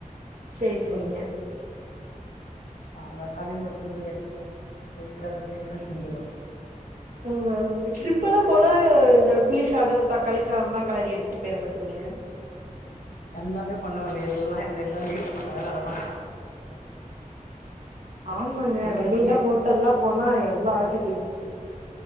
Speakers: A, on the right (about 70°); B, on the left (about 85°).
A: சேரி செரிங்க
B: நல்லா தலையில ஒரு துண்டு கட்டிக்கினு செய் <unintelligible> பிரியாணிலா செஞ்சிருவாங்
A: ம் ம் ட்ரிப்பெல்லா போனா இந்த புளி சாதம் தக்காளி சாதம்லா கெலறி எடுத் டிப்ரேபட்டிங்க
B: எல்லாமே பண்ணுவாங்க எல்லா இந்த எல்லா லேடிஸ் பண்ற வேல அதெல்லா
A: ஆமாங்க
B: எல்லா
A: வெளிலலா
B: பண்ணி எட்த்துனு
A: ஹோட்டல்லா போனா எவ்ள ஆகுது